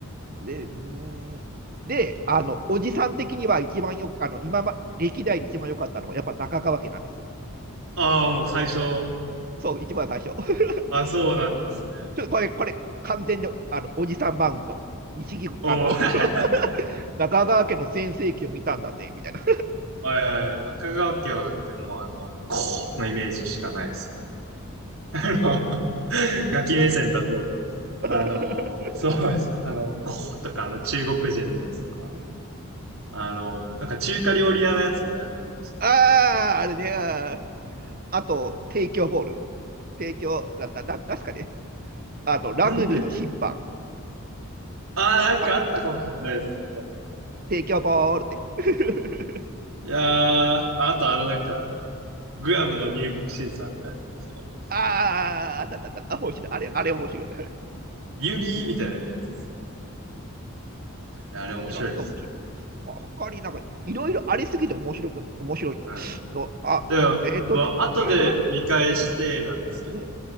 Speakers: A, on the right; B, on the right.
A: ん。で、うーん。で、あの、おじさん的には一番よく、あの、今ま、歴代で一番良かったのは、やっぱ中川家なんですよ。
B: ああ、もう最初、
A: そう、一番最初。<laughs>
B: あ、そうなんですね。
A: ちょっとこれ、これ、完全で、あの、おじさんマウント。西木、
B: おお
A: あの、
B: <laughs> は
A: <laughs> 中川家の全盛期を見たんだぜ、みたいな。
B: いはいはい。中川家はだってもう、あの、こうのイメージしかないですもん。
A: うん
B: だってもうあの、ガキ目線だと、
A: <laughs>
B: あの、そうですね。あの、こうとか、あの、中国人のやつとか。
A: うん
B: あの、なんか中華料理屋のやつみたいなのあります
A: ああ、あれね、あー、あと、提供ボール。提供、な、な、な、なんすかね。あの、ラグビーの審判。
B: もん。なんでああー、なんかあったかもしれないです、
A: あ、
B: そんなの。
A: 提供ボールです。<laughs>
B: いやー、あとあれなんか、グアムの入国審査みたいなやつもあります。
A: ああ、あったあったあった。あ、面白い。あれ、
B: なんか、
A: あれ面白い。
B: 指みたいなやつですよね。
A: うん
B: いやあれ面白いですよね。
A: 他に何が面白くあ、他になんか、いろいろありすぎて面白く、面白いの。
B: うん。
A: の、あ、
B: でも、
A: えっとね、
B: まあ、後で見返してなんですけど、
A: 確かな。うん、うん、